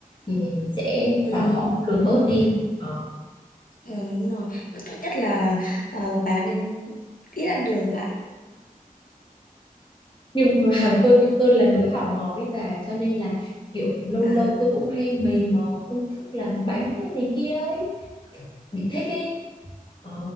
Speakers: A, on the left (about 30°); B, on the left (about 70°).
A: thì mình sẽ
B: ừ.
A: bảo Ừ. họ lược bớt đi ờ.
B: Ừ, đúng rồi. Và tốt nhất là ờ, bà nên ít ăn đường lại.
A: Nhưng mà <laughs> tôi bị tôi là đứa hảo ngọt ấy bà cho nên là kiểu lâu
B: À,
A: lâu tôi cũng hay mày mò công thức làm bánh này, này kia ấy bị thích ấy ờ.